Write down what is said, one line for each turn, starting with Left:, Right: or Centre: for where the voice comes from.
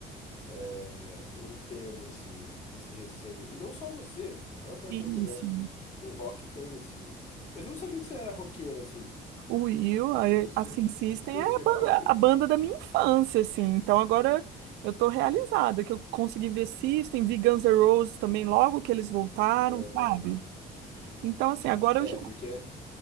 Left: é, eu entendo esse, esse receio. E não só você, a maior parte
Right: Isso.
Left: das mulheres no rock tem esse. Mas eu não sabia que você era roqueira assim.
Right: O Will, a-
Left: Você, você,
Right: assim,
Left: você
Right: System
Left: curte
Right: é a
Left: rock?
Right: banda, a banda da minha infância, assim. Então agora eu tô realizada que eu consegui ver System, vi Guns N' Roses também logo que eles voltaram,
Left: Ah,
Right: sabe? Então, assim, agora
Left: é,
Right: eu já
Left: porque